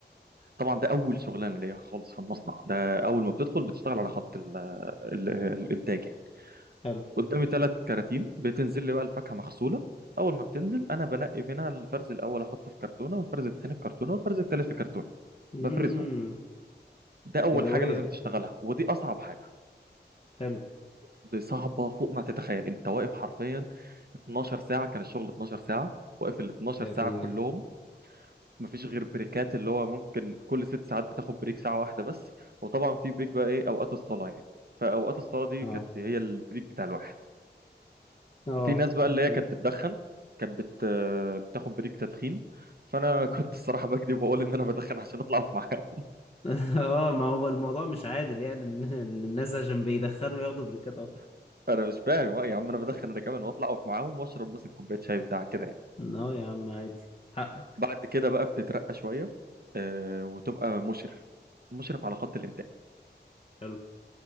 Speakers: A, on the right; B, on the left.
A: طبعا ده اول شغلانه ليا خالص في المصنع ده اول ما بتدخل بتشتغل على خط ال ال الانتاج يعني
B: حلو
A: قدامي ثلاث كراتين بتنزل لي بقى الفاكهه مغسوله اول ما بتنزل انا بنقي منها الفرز الاول احطه في كرتونه والفرز الثاني في كرتونه والفرز الثالث في كرتونه
B: امم
A: بفرزهم ده اول
B: يدوية
A: حاجه لازم تشتغلها ودي اصعب حاجه
B: حلو
A: دي صعبه فوق ما تتخيل انت واقف حرفيا 12 ساعه كان الشغل 12 ساعه واقف ال 12
B: يا
A: ساعه
B: ديني
A: كلهم مفيش غير بريكات اللي هو ممكن كل ست ساعات بتاخد بريك ساعة واحدة بس وطبعا في بريك بقى ايه اوقات الصلاة يعني فاوقات الصلاة دي
B: اه
A: كانت هي البريك بتاع الواحد
B: اه
A: في ناس بقى
B: اكيد
A: اللي هي كانت بتدخن كانت بت... بتاخد بريك تدخين فانا <laughs> كنت الصراحة بكذب واقول ان انا بدخن عشان اطلع اقف معاهم
B: <laughs> اه ما هو الموضوع مش عادل يعني ان إن الناس عشان بيدخنوا ياخدوا بريكات اكتر
A: <laughs> انا مش فاهم آه يا عم انا بدخن انا كمان واطلع اقف معاهم واشرب مثلا كوباية شاي بتاع كده يعني
B: اه يا عم عادي حقك
A: بعد كده بقى بتترقى شوية آه وتبقى مشرف مشرف على خط الانتاج
B: حلو